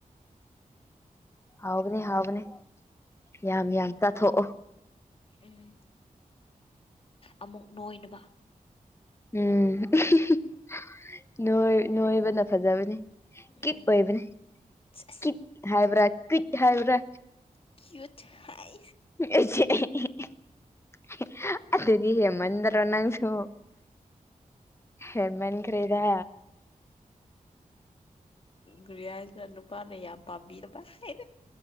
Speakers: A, on the left; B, on the left.
A: ꯍꯥꯎꯕꯅꯦ ꯍꯥꯎꯕꯅꯦ ꯌꯥꯝ ꯌꯥꯝ ꯆꯥꯊꯣꯛꯑꯣ
B: ꯎꯝ ꯑꯃꯨꯛ ꯅꯣꯏꯅꯕ
A: ꯎꯝ <unintelligible> ꯅꯣꯏ ꯅꫭꯏꯕꯅ ꯐꯖꯕꯅꯤ
B: ꯎꯝ
A: ꯀꯤꯠ ꯑꯣꯏꯕꯅꯦ
B: ꯑꯁ
A: ꯀꯤꯠ ꯍꯥꯏꯕ꯭ꯔꯥ ꯀꯤꯠ ꯍꯥꯏꯕ꯭ꯔꯥ
B: ꯀ꯭ꯌꯨꯠ ꯍꯥꯏ
A: <unintelligible> <unintelligible> ꯍꯦ ꯃꯟꯗꯔꯣ ꯅꯪꯁꯨ ꯍꯦꯃꯟꯈ꯭ꯔꯦꯗ
B: ꯎ ꯔꯤꯌꯥ ꯍꯥꯏ ꯅꯨꯄꯥꯅꯦ ꯌꯥꯝ ꯄꯥꯝꯕꯤꯔꯕ ꯍꯥꯏ